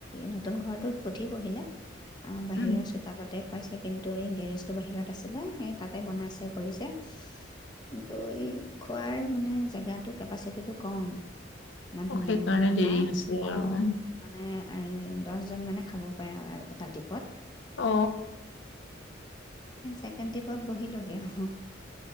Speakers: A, on the left (about 25°); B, on the left (about 75°).
A: নতুন ঘৰটোত পুঠি পঢ়িলে। অ বাহিৰৰ
B: উম,
A: চোতালতে খুৱাইচে। কিন্তু এই গেৰেজটো বাহিৰত আছিলে সেই তাতে বনাইছে কৰিছে কিন্তু এই খোৱাৰ মানে জেগাটো কেপাচিটিটো কম। মানুহ
B: অ, সেইকাৰণে
A: বহা
B: দেৰি হৈছে
A: অ
B: আৰু উম,
A: মানে দহজন মানে খাব পাৰে আৰু এটা টীপত।
B: অ
A: চছেকেণ্ডিপত বহিলগে আহ